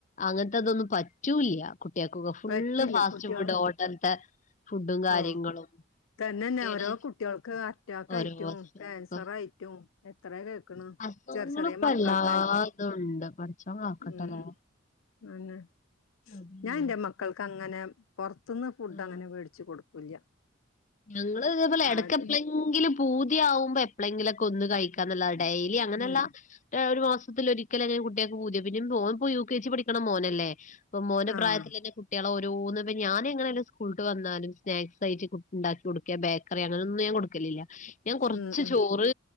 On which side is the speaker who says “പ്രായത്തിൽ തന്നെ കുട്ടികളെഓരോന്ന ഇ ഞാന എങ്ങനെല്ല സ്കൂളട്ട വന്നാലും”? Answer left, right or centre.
Left